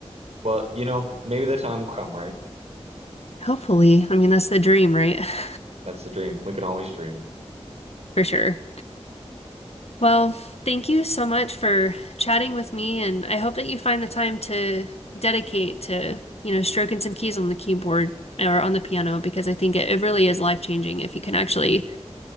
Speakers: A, on the right (about 70°); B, on the left (about 65°).
A: Well, you know, maybe the time will come, right?
B: Hopefully. I mean, that's the dream, right? <laughs>
A: That's the dream. We can always dream.
B: For sure. Well, thank you so much for chatting with me, and I hope that you find the time to dedicate to, you know, stroking some keys on the keyboard or on the piano because I think it, it really is life-changing if you can actually